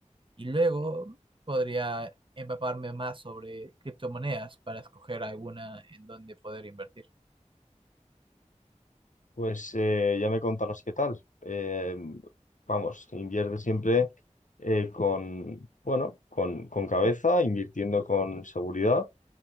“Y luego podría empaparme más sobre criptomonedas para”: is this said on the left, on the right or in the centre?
Right